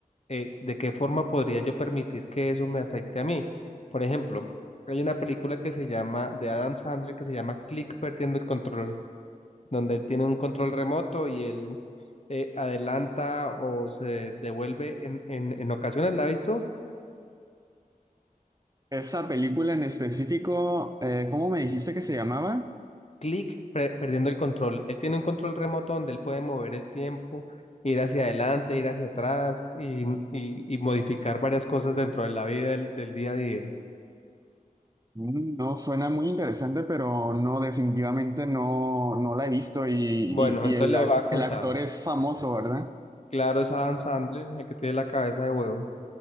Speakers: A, on the left; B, on the right.
A: eh, de qué forma podría yo permitir que eso me afecte a mí. Por ejemplo, hay una película que se llama, de Adam Sandler, que se llama Click Perdiendo el Control, donde él tiene un control remoto y él eh, adelanta o se devuelve en, en, en ocasiones, la ha visto,
B: Esa película en específico, eh, ¿cómo me dijiste que se llamaba?
A: clic, pre- perdiendo el control. Él tiene un control remoto donde él puede mover el tiempo, ir hacia adelante, ir hacia atrás y, y- y modificar varias cosas dentro de la vida del, del día a día.
B: Mm, No, suena muy interesante, pero no, definitivamente no, no la he visto y, y-
A: Bueno,
B: y
A: entonces
B: el,
A: le
B: ac-
A: voy a contar.
B: el actor es famoso, ¿verdad?
A: Claro, es Adam Sandler, el que tiene la cabeza de huevo.